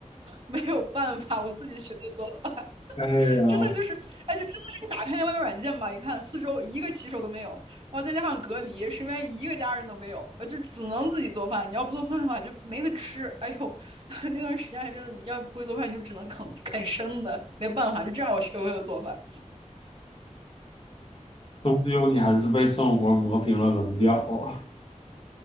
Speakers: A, on the right; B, on the left.
A: 没有办法，我自己学的做饭。
B: 哎呀，
A: 真的就是，哎，就真的是你打开那外卖软件吧，一看四周一个骑手都没有，然后再加上隔离，身边一个家人都没有，呃，就只能自己做饭。你要不做饭的话，就没得吃。哎呦，<laughs> 那段时间还真的，你要不会做饭，你就只能啃啃生的，没办法，就这样我学会了做饭。
B: 终究你还是被生活磨平了棱角啊。